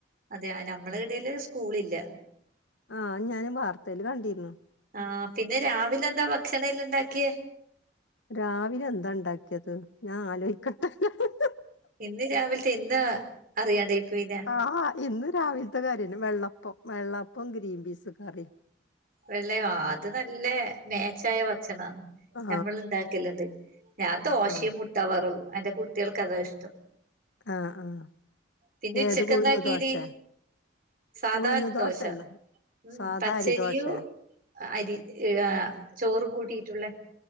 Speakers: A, on the right; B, on the left.
A: അതെയാ നമ്മടെ ഇടേൽ സ്കൂളില്ല.
B: ആഹ് ഞാനും വാർത്തേല് കണ്ടിരുന്നു.
A: ആ
B: ഉം.
A: പിന്നെ രാവിലെന്താ ഭക്ഷണെല്ലണ്ടാക്കിയേ
B: രാവിലെ എന്താണ്ടാക്കിയത്. ഞാൻ ആലോയിക്കട്ടെ. ഹ് ഹ് ഹ്
A: ഇന്ന് രാവിൽത്തെ എന്താ അറിയാണ്ടായി പോയിന്.
B: ആ ഇന്ന് രാവിൽത്തെ കാര്യന്നെ വെള്ളപ്പം വെള്ളപ്പോം ഗ്രീൻ പീസ് കറിം.
A: വെള്ളയോ അത് നല്ല മേച്ചായ ഭക്ഷണാണ്
B: ആ
A: ഞമ്മൾ ഇണ്ടാക്കലുണ്ട്. ഞാൻ ദോശയും
B: ആ
A: മുട്ട വറവും എന്റെ കുട്ടേൾക്ക് അതാ ഇഷ്ടം.
B: ആഹ് ആഹ്
A: പിന്നെ
B: ഏത്
A: ഉച്ചക്ക്
B: ഉഴുന്ന്
A: എന്താക്കീന്
B: ദോഷേ
A: സാധാ
B: ഉഴുന്ന് ദോശേണോ
A: ദോശ ഉം
B: സാധാ
A: പച്ചരിയും
B: അരിദോശേ.
A: അരി ഏഹ് ആഹ് ചോറും കൂട്ടീയിട്ടുള്ളേ.